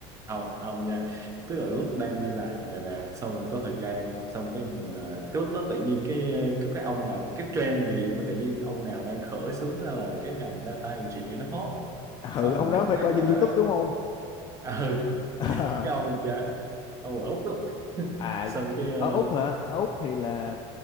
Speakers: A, on the right; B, on the left.
A: không không nha tức là lúc đang đi làm này nè xong mình có thời gian xong cái mình à, cái lúc đó tự nhiên cái ờ, cái cái ông nào cái trend gì mà tự nhiên ông nào đang khởi xướng ra là cái ngành data engineer nó hot
B: <laughs>
A: xong
B: ừ ông
A: mình
B: đó
A: cũng
B: phải
A: thấy
B: coi
A: là
B: trên YouTube đúng không
A: <laughs> à, ừ,
B: <laughs>
A: cái ông cha ông ở Úc đó. <laughs>
B: à
A: xong cái
B: ở Úc
A: uh,
B: hả ở Úc thì là